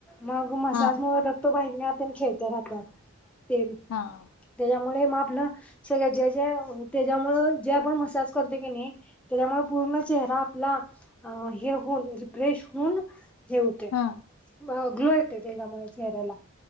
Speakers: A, in the centre; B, on the left.
A: मग मसाज
B: हा
A: मुळं रक्त वाहिन्यात खेळत्या राहतात. तेन
B: हा
A: तेच्या मग आपलं सगळ जे जे त्याच्यामुळे जे आपण मसाज करतो की नाही त्याच्यामुळे पूर्ण चेहरा आपला हे होऊन रिफ्रेश होऊन हे हो ते
B: हा
A: ग्लो येतो त्याच्यामुळे चेहऱ्याला